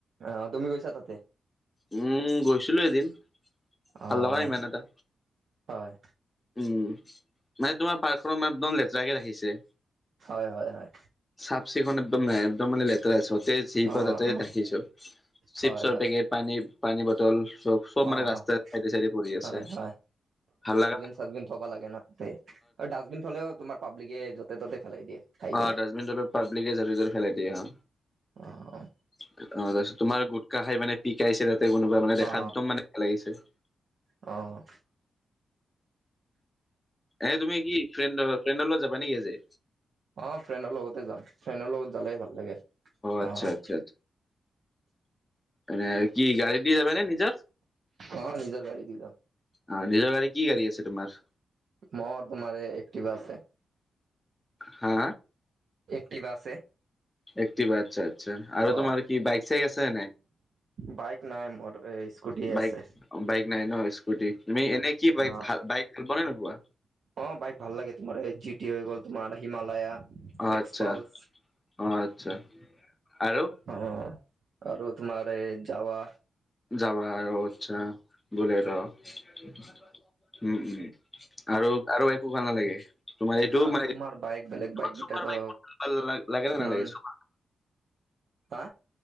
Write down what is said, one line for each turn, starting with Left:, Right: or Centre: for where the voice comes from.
Right: অ', তুমি গৈছা তাতে?
Left: উম, গৈছিলো এদিন।
Right: অ',
Left: ভাল লগা নাই ইমান এটা,
Right: হয়।
Left: উম। মানে তোমাৰ পাৰ্কখনৰ ম <unintelligible> একদম লেতেৰাকে ৰাখিছে।
Right: হয়, হয়, হয়।
Left: চাফ চিকুণ একদম নাই, একদম মানে যতেই যি
Right: অ',
Left: পাই তাতে
Right: অ',
Left: ৰাখিছো, চিপছৰ
Right: হয়, হয়,
Left: পেকেট, পানী, পানী বটল চব চব
Right: অ',
Left: মানে ৰাস্তাৰ
Right: অ',
Left: চাইডে চাইডে কৰি আছে,
Right: হয়, হয়।
Left: ভাল লাগা নাই।
Right: <unintelligible> আৰু ডাষ্টবিন থলেও তোমাৰ পাব্লিকে য'তে ত'তে ফেলাই দিয়ে, খাই
Left: অ
Right: কিনা।
Left: ডাষ্টবিন তলত পাব্লিকে যতে যতে পেলাই দিয়ে, অহ।
Right: অ', অ'।
Left: অ', তাৰপিছত তোমাৰ গোটকা খাই মানে পিকাইছে তাতে কোনোবাই, মানে দেখাত
Right: অ
Left: একদম মানে বেয়া লাগিছে।
Right: অ'।
Left: এনে তুমি কি ফ্ৰেণ্ডৰ ফ্ৰেণ্ডৰ লগত যাবা নেকি আজি?
Right: অ', ফ্ৰেণ্ডৰ লগতে যাম, ফ্ৰেণ্ডৰ লগত জালে ভাল লাগে,
Left: আচ্ছা
Right: অ'।
Left: আচ্ছা মানে কি, গাড়ী দি যাব নে নিজৰ?
Right: অ নিজৰ গাড়ী দি যাম
Left: অ', নিজৰ গাড়ী, কি গাড়ী আছে তোমাৰ?
Right: মোৰ তোমাৰ এই একটিভা আছে।
Left: হা?
Right: এক্টিভা আছে।
Left: একটিভা, আচ্ছা আচ্ছা, আৰু
Right: অ
Left: তোমাৰ কি বাইক চাইক আছে নে নাই?
Right: বাইক নাই মোৰ এ স্কুটিয়ে
Left: বাইক,
Right: আছে
Left: বাইক নাই ন স্কুটি, তুমি এনেই কি বাইক
Right: অ
Left: ভাল, বাইক ভাল পোৱা নে নোপোৱা?
Right: অ', বাইক ভাল লাগে, তোমাৰ এই জি তি হৈ গ'ল, তোমাৰ হিমালয়া,
Left: অ
Right: এক্সপালচ।
Left: আচ্ছা অ আচ্ছা আৰু?
Right: অ' আৰু তোমাৰ এই যাৱা।
Left: যাৱা আৰু আচ্ছা, বুলেট অহ। উম উম, আৰু, আৰু একো ভাল নালাগে? তোমাৰ এইটো
Right: আৰু
Left: মানে
Right: তোমাৰ
Left: তোমাক
Right: বাইক বেলেগ বাইক কেইটাতো
Left: চোপাৰ বাইক লাগে নে
Right: ইমান
Left: নালাগে? চুপাৰ
Right: হা